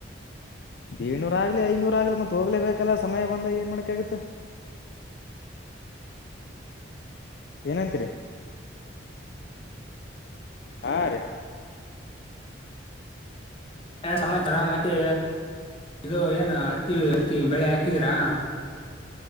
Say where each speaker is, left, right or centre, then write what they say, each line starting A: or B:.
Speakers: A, on the left; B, on the left.
A: ಏಡ್ನೂರ ಆಗ್ಲಿ ಐನೂರ ಆಗ್ಲಿ ಮತ್ತ್ ಹೋಗ್ಲೇಬೇಕಲ್ಲ ಸಮಯ ಬಂದಾಗ ಏನ್ ಮಾಡಕ ಆಗತ್ತ ಏನಂತರಿ ಹಾ ರೀ
B: ಸಮಯ ತರ ಮತ್ತೆ ಇದು ಏನು ಹತ್ತಿ ಹತ್ತಿ ಬೆಳೆ ಹಾಕ ಹಾಕಿದೀರಾ